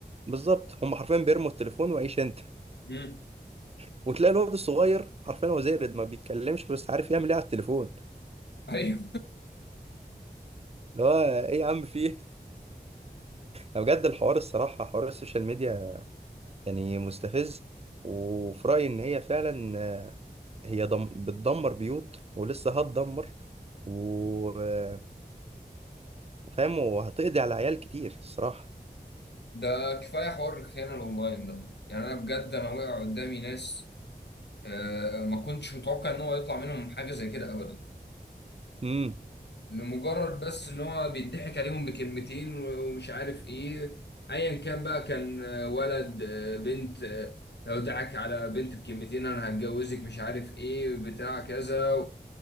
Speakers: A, on the right; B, on the left.
A: بالظبط هم حرفيا بيرموا التليفون وعيش أنت
B: امم
A: <laughs> وتلاقي الولد الصغير حرفيا هو زي ما بيتكلمش بس عارف يعمل ايه على التليفون
B: ايوه
A: اللي هو ايه يا عم في بجد الحوار الصراحة حوار السوشيال ميديا يعني مستفز وفي رأيي إن هي فعلا آه، هي دم بتدمر بيوت ولسه هتدمر وفاهم وهتقضي على عيال كتير الصراحة
B: ده كفاية حوار الخيانة الأونلاين ده يعني أنا بجد أنا وقع قدامي ناس آه، ما كنتش متوقع إن هو يطلع منهم حاجة زي كده أبدا
A: امم
B: لمجرد بس إن هو بيضحك عليهم بكلمتين و- ومش عارف إيه أيا كان بقى كان آه، ولد آه، بنت آه، لو دعك على بنت بكلمتين أنا هتجوزك مش عارف إيه بتاع كذا